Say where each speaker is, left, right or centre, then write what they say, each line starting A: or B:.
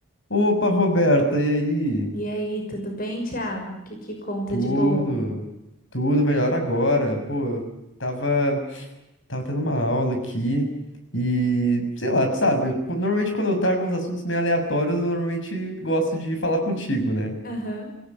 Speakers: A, on the left; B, on the left.
A: Opa, Roberta, e aí?
B: E aí, tudo bem, Thiago? O que que conta
A: Tudo,
B: de bom?
A: tudo melhor agora. Pô, eu tava, tava tendo uma aula aqui e, sei lá, tu sabe, qu- normalmente quando eu trago uns assuntos meio aleatórios, eu normalmente gosto de falar contigo, né?
B: Aham.